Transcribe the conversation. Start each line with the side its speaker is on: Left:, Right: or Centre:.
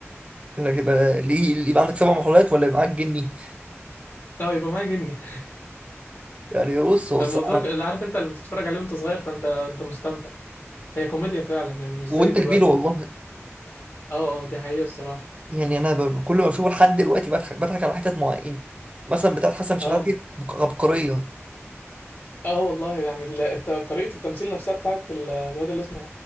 Right: انك يبقى ليه يبقى عندك سبع محاولات ولا يبقى معاك جني
Left: لا يبقى معايا جني
Right: يعني بص
Left: <laughs>
Right: بص
Left: الموضوع
Right: انا
Left: اللي عارف انت اللي بتتفرج عليه وانت صغير فانت انت مستمتع هي كوميديا فعلا يعني مش زي
Right: وانت
Left: دلوقتي
Right: كبير والله
Left: اه اه دي حقيقه الصراحه
Right: يعني انا ب... كل ما بشوفه لحد دلوقتي بضحك بضحك على حتت معينه مثلا بتاعت حسن شحاته
Left: اه
Right: عبقريه
Left: اه والله يعني ال- الت- طريقة التمثيل نفسها بتاعت ال- الواد اللي اسمه